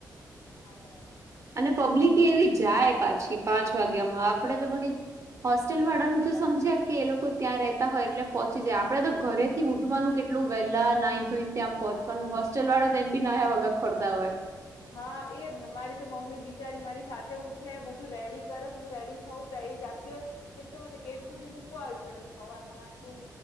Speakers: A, on the left; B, on the right.
A: હા
B: અને પબ્લિક એવી જાય પાછી પાંચ વાગ્યા માં આપડે
A: બટ
B: તો બધ હોસ્ટેલ વાળાનું તો
A: એ
B: સમજ્યા કે એ લોકો ત્યાં રતા હોય એટલે પહોંચી જાય આપડે તો ઘરે થી ઉઠવાનું કેટલું વહેલા નાહી જોઈને ત્યાં પહોચવાનું
A: તો
B: હોસ્ટેલ વાળા તેમ બી ન્યા વગર ફરતા હોય
A: હા એજ ને મારી તો મમ્મી બિચારી મારી સાથે ઉઠે બધું રેડી કરે હું રેડી થવું તાય એ જાતિ કેમ કે મને ગેટ સુધી મૂકવા આવી પડે સવાર માં આટલું